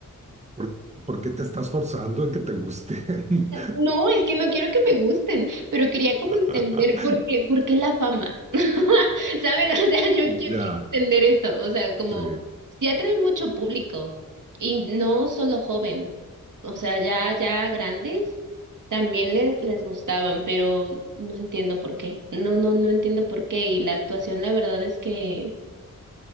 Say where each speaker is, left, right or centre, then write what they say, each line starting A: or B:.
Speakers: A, on the right; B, on the right.
A: por, por qué te estás forzando en que te gusten?
B: No, es que no quiero que me gusten, pero quería como
A: <laughs>
B: entender por qué, por qué la fama. <laughs> ¿Sabes? O sea, yo, yo quiero
A: Ya,
B: entender eso. O sea, como
A: sí.
B: si atrae mucho público y no solo joven. O sea, ya, ya grandes también les, les gustaban, pero no entiendo por qué. No, no, no entiendo por qué. Y la actuación, la verdad es que